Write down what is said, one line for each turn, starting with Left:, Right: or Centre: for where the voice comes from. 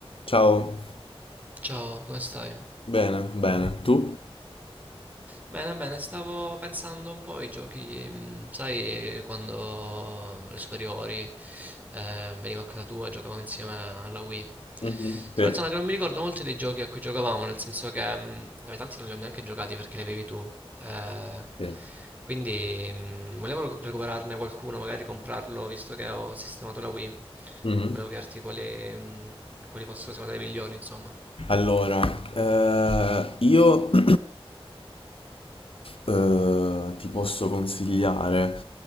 Left: Ciao,
Right: Ciao, come stai?
Left: bene, bene. Tu?
Right: Bene, bene, stavo pensando un po' ai giochi, mm, sai, quando alle superiori eh, venivo a casa tua e giocavamo insieme alla Wii.
Left: Mhm,
Right: Sto
Left: Sì,
Right: pensando che non mi ricordo molti dei giochi a cui giocavamo, nel senso che mm, vabbè, tanti non li ho neanche giocati perché li avevi tu. eh,
Left: sì.
Right: quindi mm, volevo recu- recuperarne qualcuno, magari comprarlo, visto che ho sistemato la Wii.
Left: Mhm.
Right: Volevo chiederti quali, mm, quali fossero secondo te i migliori, insomma.
Left: Allora, eh, io <clears throat> eh, ti posso consigliare,